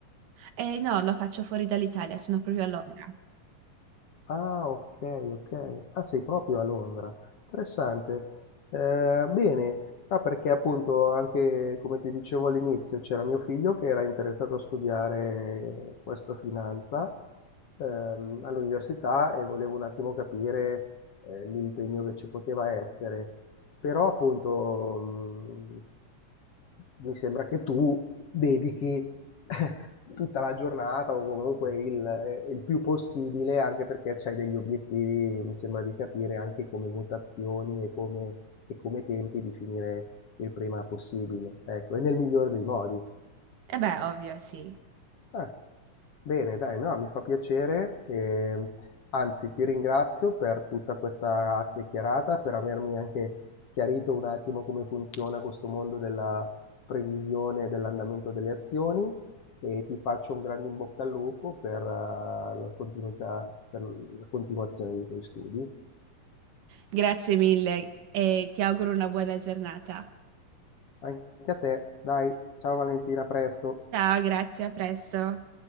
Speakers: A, on the right (about 75°); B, on the left (about 55°).
A: E no, lo faccio fuori dall'Italia, sono proprio a Londra.
B: Ah, okay, okay. Ah, sei proprio a Londra. Interessante. Ehm, bene, no, perché appunto anche, come ti dicevo all'inizio, c'era mio figlio che era interessato a studiare questa finanza, ehm, all'università e volevo un attimo capire, eh, l'impegno che ci poteva essere. Però appunto, mh, mi sembra che tu dedichi eh, tutta la giornata o comunque il, eh, il più possibile, anche perché c'hai degli obiettivi, mi sembra di capire, anche come votazioni e come, e come tempi di finire il prima possibile, ecco, e nel migliore dei modi.
A: E beh, ovvio, sì.
B: Eh, bene, dai, no, mi fa piacere, ehm, anzi ti ringrazio per tutta questa chiacchierata, per avermi anche chiarito un attimo come funziona questo mondo della previsione dell'andamento delle azioni e ti faccio un grande in bocca al lupo per, eh, la continuità, per la continuazione dei tuoi studi.
A: Grazie mille e ti auguro una buona giornata.
B: Anche a te, dai, ciao Valentina, a presto.
A: Ciao, grazie, a presto.